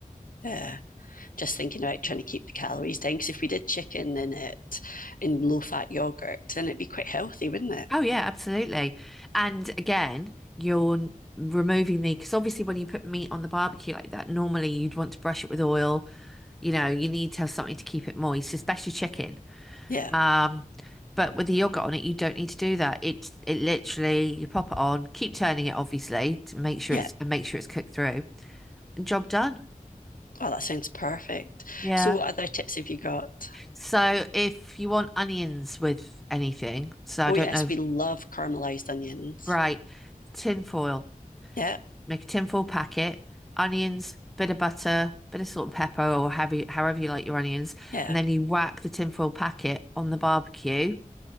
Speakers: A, on the left; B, in the centre.
A: Yeah. Just thinking about trying to keep the calories down. Because if we did chicken in it in low fat yogurt, then it'd be quite healthy, wouldn't it?
B: Oh yeah, absolutely. And again, you're n- removing the, because obviously when you put meat on the barbecue like that, normally you'd want to brush it with oil. You know, you need to have something to keep it moist, especially chicken.
A: Yeah.
B: Um, but with the yogurt on it, you don't need to do that. It's it literally you pop it on, keep turning it obviously to make sure
A: Yeah.
B: it's and make sure it's cooked through, and job done.
A: Oh, that sounds perfect.
B: Yeah.
A: So what other tips have you got?
B: So if you want onions with anything, so I
A: Oh
B: don't
A: yes,
B: know,
A: we love caramelized onions.
B: right, tin foil.
A: Yeah.
B: make a tinfoil packet, onions, bit of butter, bit of salt and pepper, or however you, however you like your onions,
A: Yeah.
B: and then you whack the tinfoil packet on the barbecue